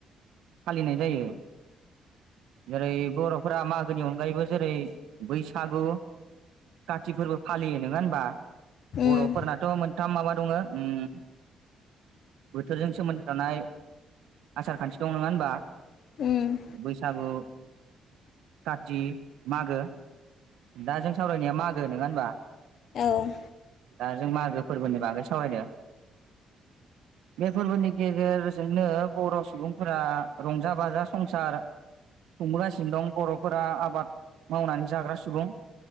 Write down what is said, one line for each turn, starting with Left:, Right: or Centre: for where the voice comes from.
Right: फालिनाय जायो जेरै बर'फोरा मागोनि अनगायैबो जेरै बैसागु काति फोरबो फालियो नङा होनबा
Left: होदो उम
Right: बर'फोरनाथ' मोनथाम माबा दङो उम बोथोरजों सोमोन्दो थानाय आसार खान्थि दं नङा होनबा
Left: उम
Right: बैसागु काथि मागो दा जों सावरायनाया मागो नङा होनबा
Left: औ
Right: दा जों मागो फोरबोनि बागै सावरायदो बे फोरबोनि गेजेरजोंनो बर' सुबुंफोरा रंजा बाजा संसार खुंबोगासिनो दं बर'फोरा आबाद मावनानै जाग्रा सुबुं